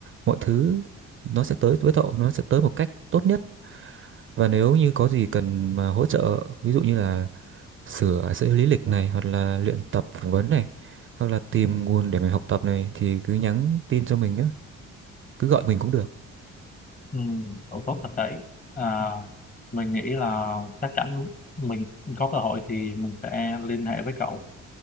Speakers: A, on the right (about 45°); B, on the left (about 30°).
A: mọi thứ nó sẽ tới với cậu nó sẽ tới một cách tốt nhất Và nếu như có gì cần mà hỗ trợ, ví dụ như là sửa sửa lý lịch này hoặc là luyện tập phỏng vấn này hoặc là tìm nguồn để mình học tập này thì cứ nhắn tin cho mình nhé, cứ gọi mình cũng được.
B: ừ, độ tốt thật đấy à, mình nghĩ là chắc chắn mình có cơ hội thì mình sẽ liên hệ với cậu